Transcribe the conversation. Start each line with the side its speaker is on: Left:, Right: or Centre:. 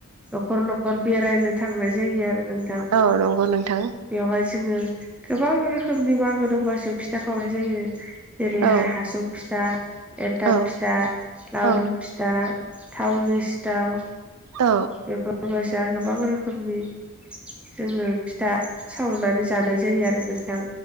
Centre: नखर नखर बेरायनो थांनाय जायो आरो नोंथां
Right: औ नंगौ
Centre: बेवहाय
Right: नोंथां
Centre: जोङो गोबां रोखोमनि मागो दमासो फिथा खावनाय जायो जेरैहाय
Right: औ
Centre: हासुं फिसा एन्थाब
Right: औ
Centre: फिथा लावदुम
Right: औ
Centre: फि था थावनि सिथाव
Right: औ
Centre: बेफोरबैसा गोबां रोखोमनि जोङो फिथा सावनानै जानाय जायो आरो नोंथां